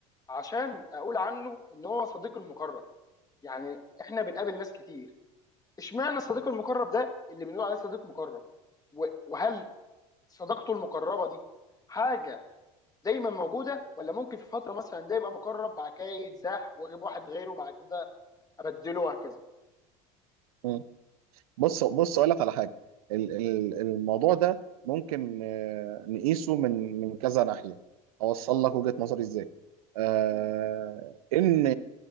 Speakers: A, on the left; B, on the right.
A: عشان اقول عنه ان هو صديق المقرب يعني احنا بنقابل ناس كتير اشمعنى الصديق المقرب ده اللي بنقول عليه صديق مقرب و- وهل صداقته المقربه دي حاجه دايما موجوده ولا ممكن في فتره مثلا ده يبقى مقرب بعد كده يتزاح واجيب واحد غيره بعد كده ابدله وهكذا
B: مم. بص بص اقول لك على حاجه ال- ال- الموضوع ده ممكن آه، نقيسه من من كذا ناحيه اوصل لك وجهه نظري ازاي آه،
A: مم.
B: ان